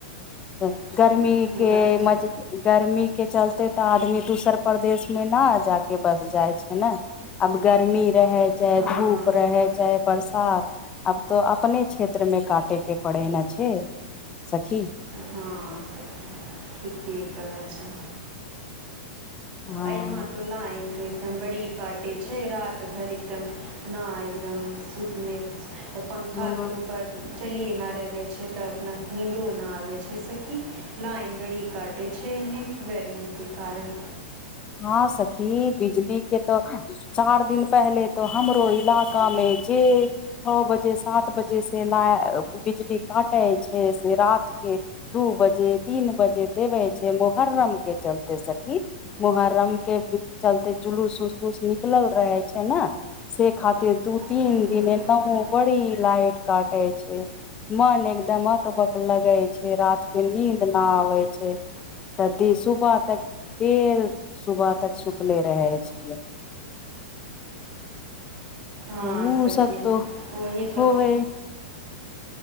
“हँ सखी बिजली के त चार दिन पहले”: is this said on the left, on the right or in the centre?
Left